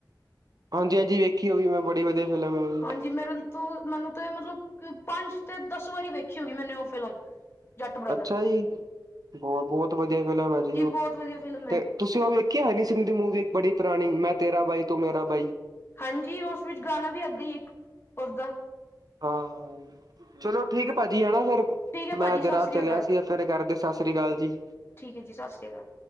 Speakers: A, on the right; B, on the left.
A: ਹਾਂਜੀ ਹਾਂਜੀ ਵੇਖੀ ਓ ਵੀ ਮੈਂ ਬੜੀ ਵਧੀਆ ਫਿਲਮ ਆ ਓ ਵੀ
B: ਜੀ ਮੇਰੇ ਹੁਨ। ਤੋਂ ਮੈਨੂੰ ਤੇ ਮਤਲਬ ਪੰਜ ਕੇ ਦਸ ਵਾਰੀ ਵੇਖੀ ਹੋਏਗੀ ਮੈਨੇ ਓ ਫਿਲਮ ਜੱਟ ਬ੍ਰਦਰ
A: ਅੱਛਾ ਜੀ, ਬਹੁਤ ਵਧੀਆ ਫਿਲਮ ਆ ਜੀ ਓ
B: ਬਹੁਤ ਵਧੀਆ ਫਿਲਮ ਹੈ
A: ਤੇ ਤੁਸੀਂ ਓ ਵੇਖੀ ਆ ਹਨੀ ਸਿੰਘ ਦੀ ਮੂਵੀ ਇੱਕ ਬੜੀ ਪੁਰਾਣੀ ਮੈਂ ਤੇਰਾ ਬਾਈ ਤੂੰ ਮੇਰਾ ਬਾਈ
B: ਹਾਂਜੀ ਉਸ ਵਿੱਚ ਗਾਣਾ ਵੀ ਅੱਗੇ ਹੀ ਇੱਕ ਉਸਦਾ
A: ਹਾਂ ਚਲੋ ਠੀਕ ਆ ਭਾਜੀ ਹੈਣਾ ਫੇਰ
B: ਠੀਕ ਹੈ
A: ਮੈਂ
B: ਭਾਜੀ ਸਤਿ
A: ਜਰਾ
B: ਸ੍ਰੀ
A: ਚਲਿਆ
B: ਅਕਾਲ
A: ਸੀ ਏ ਫੇਰ ਕਰਕੇ ਸਤਿ ਸ੍ਰੀ ਅਕਾਲ ਜੀ।
B: ਠੀਕ ਆ ਜੀ ਸਤਿ ਸ਼੍ਰ ਅਕਾਲ।